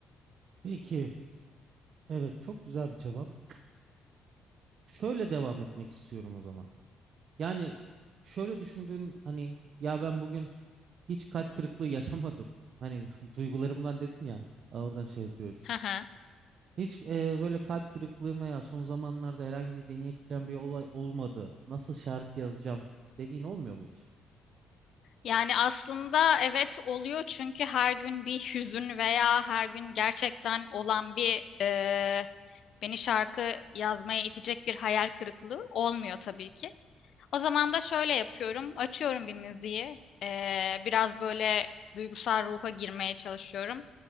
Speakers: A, on the right (about 60°); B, on the left (about 65°).
A: Peki, evet çok güzel bir cevap. Şöyle devam etmek istiyorum o zaman. Yani şöyle düşündüğün hani ya ben bugün hiç kalp kırıklığı yaşamadım. Hani <laughs> duygularımdan dedin ya oradan şey yapıyoruz.
B: Hı hı.
A: Hiç e, böyle kalp kırıklığım veya son zamanlarda herhangi bir beni etkileyen bir olay olmadı. Nasıl şarkı yazacağım dediğin olmuyor mu hiç?
B: Yani aslında evet oluyor çünkü her gün bir hüzün veya her gün gerçekten olan bir eee, beni şarkı yazmaya itecek bir hayal kırıklığı olmuyor tabii ki. O zaman da şöyle yapıyorum. Açıyorum bir müziği. Ee, biraz böyle duygusal ruha girmeye çalışıyorum.